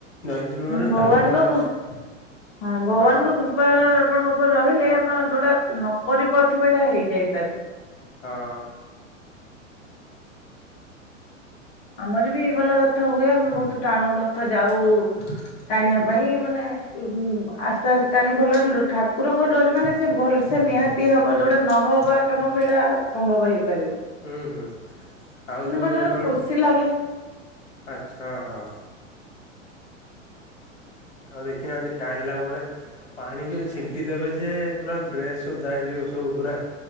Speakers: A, on the left (about 55°); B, on the left (about 30°).
A: ଯାଇଥିଲୁ ମାନେ
B: ହୁଁ ଭଗବାନଙ୍କ
A: ଟାଣିକି ଆମେ
B: କୃ
A: ଆସି
B: ହଁ ଭଗବାନଙ୍କ
A: ହଁ
B: କୃ କୃପାଆପଣଙ୍କ ଉପରେ ରହିଲେ ଆପଣ ଯୋଉଟା ନ କରି ପାରୁଥିବେ ହେଇଟା ହେଇଯାଇପାରେ।
A: ହଁ।
B: ଆମର ବି ଭଲ ରଥ ହୁଏ। ଆମେ ବହୁତ୍ ଟାଣୁ ରଥ ଯାଉ ଟାଣିବା ପାଇଁ ମାନେ ଉଁ ଆସ୍ତେ ଆସ୍ତେ ଟାଣିକି ଭଲ ଠାକୁରଙ୍କ ଡୋରି ମାନେ ସେ ଭଲ୍ ସେ ନିହାତି ହବ ଯୋଉଟା ନହବା କାମ ଭିଡା ସମ୍ଭବ ହେଇପାରିବ।
A: ହୁଁ ହୁଁ ଆଉ
B: ମାନେ
A: ଯୋଉ
B: ବୋଧେ ଗୋଟେ
A: ଯେତେବେଳେ
B: ଖୁସି ଲାଗେ
A: ଠା ଆଛା ହଁ। ଆଉ ଦେଖିନାହାନ୍ତି ଟାଣିଲା ବଳେ? ପାଣି ଯୋଉ ଛିଣ୍ଟି ଦେବେ ଯେ ପୁରା ଡ୍ରେସ୍ ଓଦା ହେଇଯିବ ସବୁ ପୁରା।